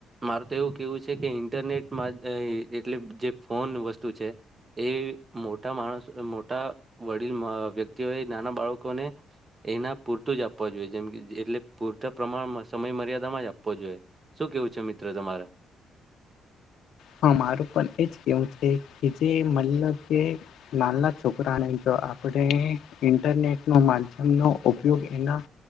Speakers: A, on the right; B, on the left.
A: મારું તો એવું કેવું છે કે ઇન્ટરનેટમાં એ એટલે જે ફોન વસ્તુ છે એ મોટા માણસો મોટા વડીલ વ્યક્તિઓએ નાના બાળકોને એના પૂરતુંજ આપવા જોઈએ જેમ એટલે પૂરતા પ્રમાણમાં સમય મર્યાદામાં જ આપવો જોઈએ શું કેવું છે મિત્ર તમારે?
B: હા મારું પણ એજ કેવું છે કે જે મલો કે નાલા છોકરાને જો આપડે. ઇન્ટરનેટ ન માધ્યમનો ઉપયોગ એના.